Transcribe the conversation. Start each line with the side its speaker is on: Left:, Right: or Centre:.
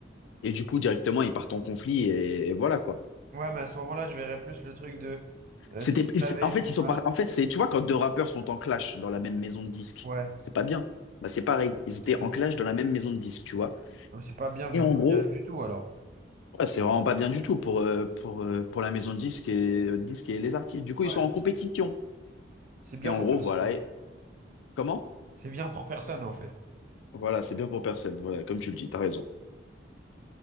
Left: Et du coup, directement, ils partent en conflit et, et voilà quoi.
Right: Ouais, mais à ce moment-là, je verrais plus le truc de euh,
Left: C'était,
Right: s'ils
Left: c'est-
Right: avaient
Left: en fait,
Right: été
Left: ils
Right: malins.
Left: sont par- en fait, c'est, tu vois, quand deux rappeurs sont en clash dans la même maison de disques,
Right: Ouais,
Left: c'est pas bien. Bah, c'est pareil. Ils étaient
Right: carrément.
Left: en clash dans la même maison de disques, tu vois.
Right: Non, C'est pas bien, mais
Left: Et en
Right: pas
Left: gros,
Right: bien du tout, alors.
Left: ouais, c'est vraiment pas bien du tout pour, euh, pour, euh, pour la maison de disques et, disques et les artistes. Du coup,
Right: Ouais,
Left: ils sont en compétition.
Right: c'est bien
Left: Et en
Right: pour
Left: gros,
Right: personne.
Left: voilà. Et comment?
Right: C'est bien pour personne, en fait.
Left: Voilà, c'est bien pour personne. Voilà, comme tu le dis, t'as raison.